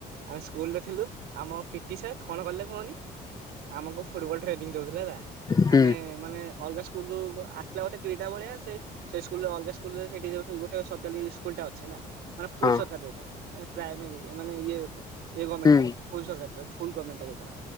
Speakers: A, on the right; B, on the left.
A: ଆମେ ସ୍କୁଲ ରେ ଥିଲୁ ଆମ ପିଟି ସାର୍ କଣ କଲେ କୁହନି ଆମକୁ ଫୁଟବଲ ଟ୍ରେନିଂ ଦଉଥିଲେ ହେଲା
B: ହୁଁ
A: ଆମେ ମାନେ ଅଲଗା ସ୍କୁଲୁ ଆସିଲା ଗୋଟେ କ୍ରୀଡ଼ା ଭଳିଆ ସେ ସେଇ ସ୍କୁଲରେ ଅଲଗା ସ୍କୁଲରେ ସେଇଠି ଯଉଠୁ ଗୋଟେ ସରକାରୀ ସ୍କୁଲ ଟା ଅଛି ହେଲା। ମାନେ ଫୁଲ
B: ହଁ
A: ସରକାର ଯୋଉଟା ପ୍ରାଇମାରୀ ମାନେ ଇଏ ତ ଇଏ ଗମେଣ୍ଟ
B: ହୁଁ
A: ନୁହେଁ ଫୁଲ ସରକାରୀ ତ ଫୁଲ ଗମେଣ୍ଟ। ଯଉଟା